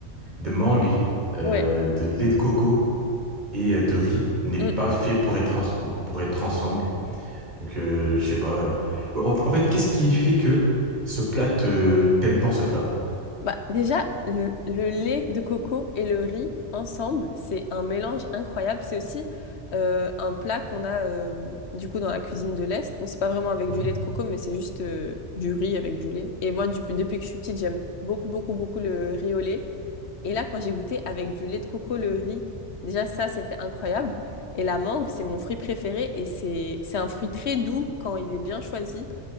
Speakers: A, on the right; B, on the left.
A: de mangue, euh,
B: Ouais.
A: de lait de coco et euh, de riz n'est
B: Mm.
A: pas fait pour être, en- pour être ensemble. Donc, euh, je sais pas. euh. En, en fait, qu'est-ce qui fait que ce plat te, t'aimes tant ce plat?
B: Bah, déjà, le, le lait de coco et le riz ensemble, c'est un mélange incroyable. C'est aussi euh, un plat qu'on a euh, du coup dans la cuisine de l'Est. Bon, c'est pas vraiment avec
A: Mhm.
B: du lait de coco, mais c'est juste euh, du riz avec du lait. Et moi, du- depuis que je suis petite, j'aime beaucoup, beaucoup, beaucoup le riz au lait. Et là, quand j'ai goûté avec du lait de coco le riz, déjà ça, c'était incroyable. Et la mangue, c'est mon fruit préféré et c'est c'est un fruit très doux quand il est bien choisi.